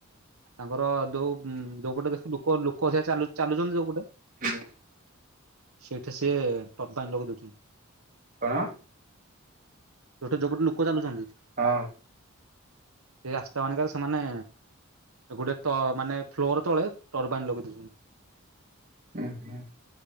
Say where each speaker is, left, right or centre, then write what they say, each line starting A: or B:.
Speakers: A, on the right (about 80°); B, on the right (about 40°).
A: ତାଙ୍କର ଯୋଉ ଯୋଉପଟେ ବେଶୀ ଲୋକ, ଲୋକ ସେରା ଚାଲୁ-ଚାଲୁଛନ୍ତି ଯୋଉପଟେ
B: ହ
A: ସେଇଠି ସିଏ ଟରବାଇନ୍ ଲଗେଇ ଦୋଉଛନ୍ତି।
B: କଣ?
A: ଯୋଉଟା, ଯୋଉ ପଟେ ଲୋକ ଚାଲୁଛନ୍ତି।
B: ହଁ।
A: ସେଇ ରାସ୍ତା ମାନକରେ ସେମାନେ ଗୋଟେ ତ ମାନେ ଫ୍ଲୋର ତଳେ ଟରବାଇନ୍ ଲଗେଇ ଦୋଉଛନ୍ତି।
B: ହୁଁ ହୁଁ।